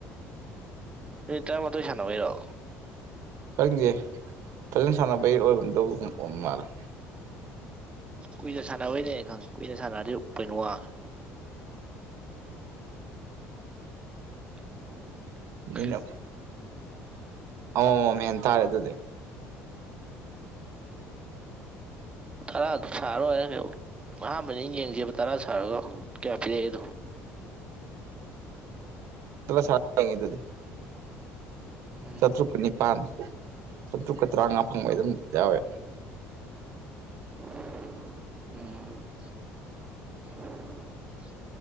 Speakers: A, on the right (about 20°); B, on the right (about 70°).
A: ꯃꯤꯅꯤꯠ ꯇꯔꯥꯃꯥꯊꯣꯏ ꯁꯥꯟꯅꯕꯩꯔꯣ
B: ꯈꯪꯗꯦ ꯐꯖꯅ ꯁꯥꯟꯅꯕꯩ ꯑꯣꯏꯔꯨꯝꯗꯧ ꯑꯣꯝ ꯃꯥꯜꯂꯦ
A: ꯀꯨꯏꯅ ꯁꯥꯟꯅꯕꯩꯅꯦ ꯈꯪꯉꯦ ꯀꯨꯏꯅ ꯁꯥꯟꯅꯔꯗꯤ ꯄꫭꯏꯟ ꯋꯥꯡꯉꯦ <unintelligible>
B: ꯃꯤꯅ
A: <inaudible>
B: ꯑꯃ ꯃꯝ ꯍꯦꯟ ꯇꯥꯔꯦ ꯑꯗꯨꯗꯤ
A: ꯇꯔꯥ ꯑꯗꯨꯝ ꯁꯥꯔꯣꯏꯅ ꯀꯛ ꯑꯍꯥꯟꯕꯗ ꯌꯦꯡꯁꯦꯕ ꯇꯔꯥ ꯁꯥꯔꯒ ꯀꯌꯥ ꯄꯤꯔꯛꯏꯗꯣ
B: ꯇꯂ ꯁꯉꯗꯗꯤ
A: ꯎꯝ
B: ꯆꯥꯇ꯭ꯔꯨꯛꯀ ꯅꯤꯄꯥꯟ ꯆꯥꯇ꯭ꯔꯨꯛꯀ ꯇꯔꯥꯃꯉꯥ ꯐꯪꯕꯩ ꯑꯗꯨꯝ ꯌꯥꯎꯋꯦ
A: <unintelligible> ꯎꯝ <inaudible>